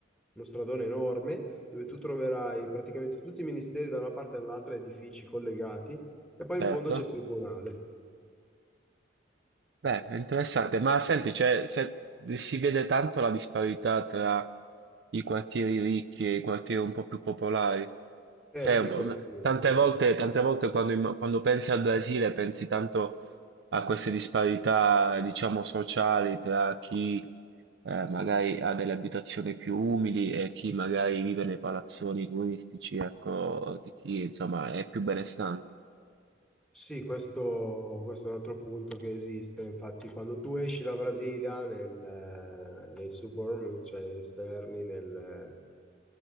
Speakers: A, in the centre; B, on the right.
A: uno stradone enorme, dove tu troverai praticamente tutti i ministeri da una parte all'altra, edifici collegati, e poi
B: certo.
A: in fondo c'è il tribunale.
B: Beh, è interessante, ma senti, cioè, se- si vede tanto la disparità tra i quartieri ricchi e i quartieri un po' più popolari.
A: Eh
B: Cioè,
A: sì,
B: un po'-
A: quello sì,
B: tante
A: sì.
B: volte, tante volte quando, imm- quando pensi al Brasile pensi tanto a queste disparità, diciamo, sociali tra chi eh, magari ha delle abitazioni più umili e chi magari vive nei palazzoni turistici, ecco, di chi insomma è più benestante.
A: Sì, questo, questo è un altro punto che esiste. Infatti, quando tu esci da Brasilia nel, eh, nei suburb, cioè esterni, nel, eh,